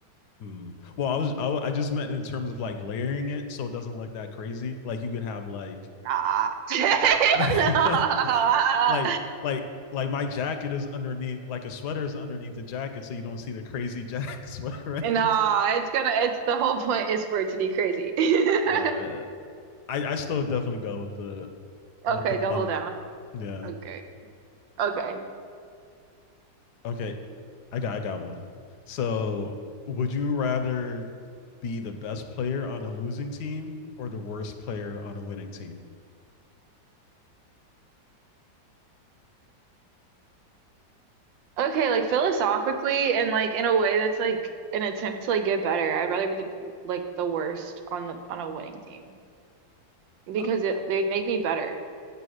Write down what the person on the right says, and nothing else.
Nah. <laughs>
Nah.
Nah,
it's gonna it's the whole point is for it to be crazy. <laughs>
Okay,
double down.
Okay. Okay.
Okay, like philosophically and like in a way that's like an attempt to like get better. I'd rather be the like the worst on the on a winning team because
it they'd make me better.